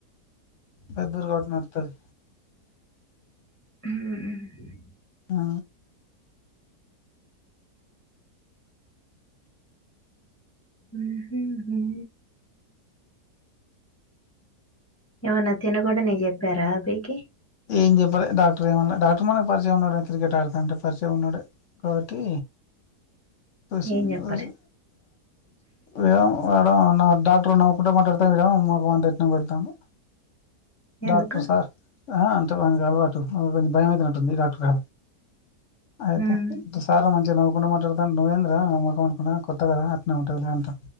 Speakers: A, on the left; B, on the left.
A: పెద్దరు కాట్ నడుతుంది
B: ఉమ్
A: ఆ
B: ఉహూ ఉమ్ ఏమన్నా తినకుండా నీకు చెప్పారా పీకి
A: ఏం చెప్పాలి డాక్టర్ ఏమన్నాడు డాక్టర్ మనకు పరిచయం ఉన్నాడు క్రికెట్ ఆడుతాంటే పరిచయం ఉన్నాడు కాబట్టి ష
B: ఏం చెప్పలే
A: ఏడం నా డా ఎప్పుడు నవ్వుకుంటే మాట్లాడతాను మడ మాకు వ ఎట్న పెడతాను
B: ఎందుకు
A: డాక్టర్ సార్ ఆ అంటే బ అలవాటు కొంచం భయంమయితే ఉన్నటుంది డాక్టర్ గ ఆయితే
B: హ్మ్.
A: దుసార మంచిగా నవు ఉన్న మాత్ర ను నవేంద్ర ముఖంకు కొట్టగా ఉంటుంది లేంట